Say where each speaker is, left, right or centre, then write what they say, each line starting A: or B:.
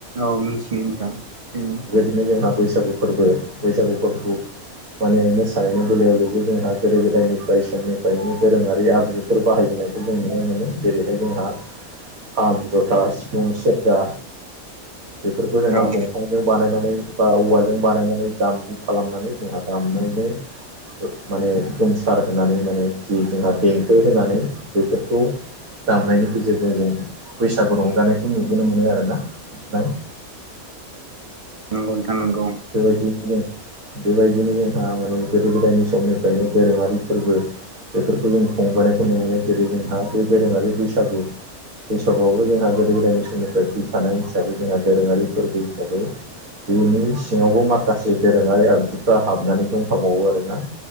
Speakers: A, on the right; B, on the right.
A: औ मिथियो होनथां एसे एनै
B: बेबायदिनो जोंहा बैसागु फोरबो बैसागु फोरबोखौ माने मोसानायनि बेलायाव जबो जोंहा गोदो गोदायनिफ्राय समनिफ्रायनो दोरोङारि आगजु फोर बाहायबोनायखौ जों नुनो मोनो जेरैहाय जोंहा खाम जथा सिफुं सेरजा बेफोरखौ जोंहा
A: औ
B: दंफांजों बानायनानै बा औवाजों बानायनानै दामु खालामनानै जोंहा दामनायनि माने गोमसार होनानै माने जि जोंहा देंखो होनानै बेफोरखौ दामनायनि गेजेरजों जों बैसागु रंजानायखौ नुबोनो मोनो आरोना नोंथां।
A: नोंगौ नोंथां नोंगौ
B: बेबायदियैनो जों बेबायदिनो जोंहा माने गोदो गोदायनि समनिफ्रायनो दोरोङारि फोरबो बेफोरखौ जों खुंबोनायखौ ननो मोनो जेरै जोंहा बे दोरोङारि बैसागु बैसागुआबो जोंहा गोदो गोदायनि समनिफ्राय फैफानाय हिसाबै जोंहा दोरोङारि फोरबो हिसाबै बेनि सिङावबो माखासे दोरोङारि आगजुफ्रा हाबनानै दंफाबावो आरोना।